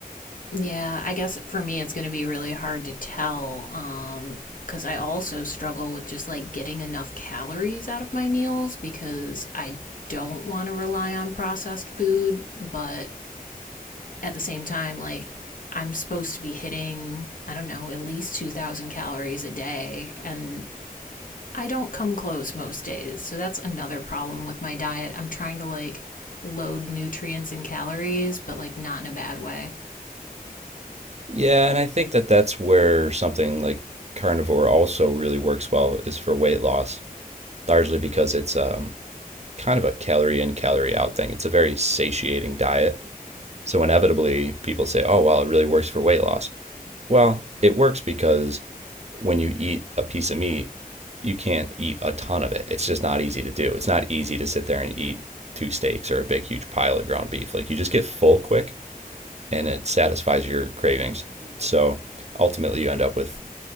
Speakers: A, on the left; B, on the right.
A: Yeah, I guess for me it's going to be really hard to tell um cuz I also struggle with just like getting enough calories out of my meals because I don't want to rely on processed food, but at the same time like I'm supposed to be hitting, I don't know, at least 2000 calories a day and I don't come close most days. So that's another problem with my diet. I'm trying to like load nutrients and calories, but like not in a bad way.
B: Yeah, and I think that that's where something like carnivore also really works well is for weight loss largely because it's um, kind of a calorie in, calorie out thing. It's a very satiating diet. So, inevitably, people say, oh, well, it really works for weight loss. Well, it works because when you eat a piece of meat, you can't eat a ton of it. It's just not easy to do. It's not easy to sit there and eat two steaks or a big, huge pile of ground beef. Like, you just get full quick and it satisfies your cravings. So, ultimately, you end up with